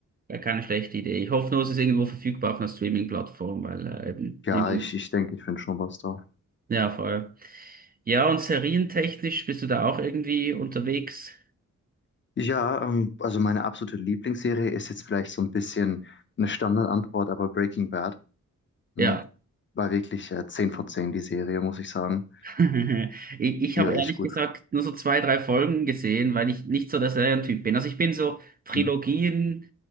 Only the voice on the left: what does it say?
Ja,
ich, ich denke, ich finde schon was da.
Ja, ähm, also meine absolute Lieblingsserie ist jetzt vielleicht so ein bisschen eine Standardantwort, aber Breaking Bad hm,
war wirklich äh, 10 von 10 die Serie, muss ich sagen.
Die
war
echt gut.
Hm.